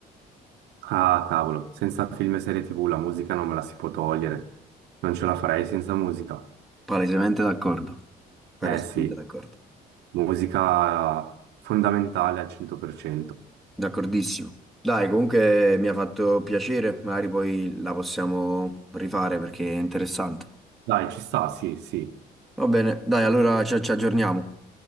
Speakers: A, on the right; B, in the centre.
A: ah cavolo, senza film e serie TV la musica non me la si può togliere, non ce la farei senza musica.
B: Palesemente d'accordo. Palesemente
A: Eh sì,
B: d'accordo.
A: musica fondamentale al 100%.
B: D'accordissimo. Dai, comunque mi ha fatto piacere, magari poi la possiamo rifare perché è interessante.
A: Dai, ci sta, sì, sì,
B: Va bene, dai, allora ci ci aggiorniamo.